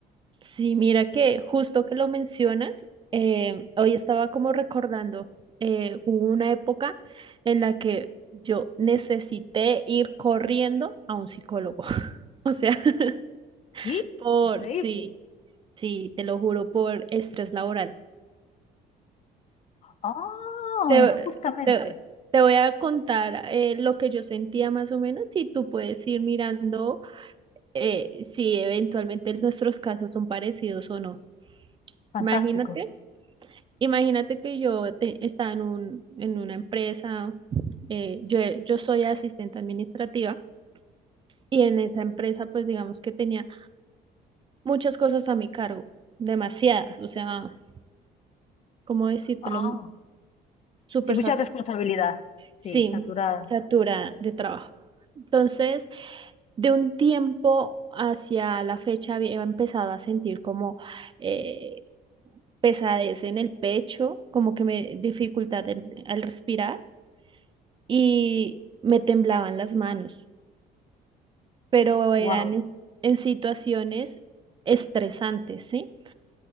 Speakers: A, on the right; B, on the left.
A: Sí, mira que justo que lo mencionas, eh, hoy estaba como recordando, eh, hubo una época en la que yo necesité ir corriendo a un psicólogo. <laughs> O sea, <laughs>
B: Sí,
A: por,
B: increíble.
A: sí, sí, te lo juro, por estrés laboral.
B: Ah,
A: Te,
B: justamente,
A: te- te voy a contar eh, lo que yo sentía más o menos y tú puedes ir mirando eh, si eventualmente nuestros casos son parecidos o no.
B: fantástico.
A: Imagínate, imagínate que yo te- estaba en un, en una empresa, eh, yo, yo soy asistente administrativa y en esa empresa pues digamos que tenía muchas cosas a mi cargo, demasiadas, o sea, ¿cómo decírtelo?
B: Ah,
A: Súper
B: sí, mucha responsabilidad. Sí,
A: Sí,
B: saturada.
A: saturada de trabajo. Entonces, de un tiempo hacia la fecha había empezado a sentir como eh, pesadez en el pecho, como que me dificultad en- al respirar y me temblaban las manos, pero
B: Wow,
A: eran en, en situaciones estresantes, ¿sí?